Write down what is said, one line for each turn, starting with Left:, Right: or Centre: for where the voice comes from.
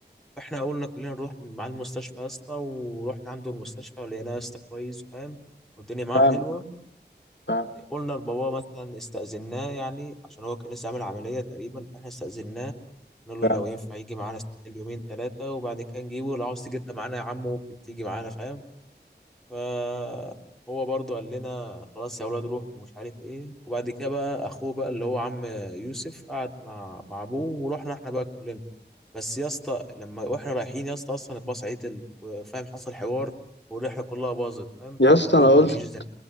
Centre: فاحنا قلنا كلنا نروح مع المستشفى يا اسطى ورحنا عنده المستشفى ولقيناه يا اسطى كويس فاهم والدنيا معاه
Left: فاهم
Centre: حلوه
Left: فاهم
Centre: قلنا لبابا مثلا استأذناه يعني عشان هو كان لسه عامل عمليه تقريبا فاحنا استأذناه قلنا
Left: فاهم
Centre: له لو ينفع يجي معانا اليومين ثلاثه وبعد كده نجيبه لو عاوز تيجي انت معانا يا عم ممكن تيجي معانا فاهم فهو برضو قال لنا خلاص يا اولاد روحوا ومش عارف ايه وبعد كده بقى اخوه بقى اللي هو عم يوسف قعد مع مع ابوه ورحنا احنا بقى كلنا بس يا اسطى لما واحنا رايحين يا اسطى اصلا الباص عطل وفاهم حصل حوار والرحله كلها باظت فاهم
Left: يا
Centre: فاليوم
Left: اسطى انا
Centre: ما
Left: قلت
Centre: مشيش زي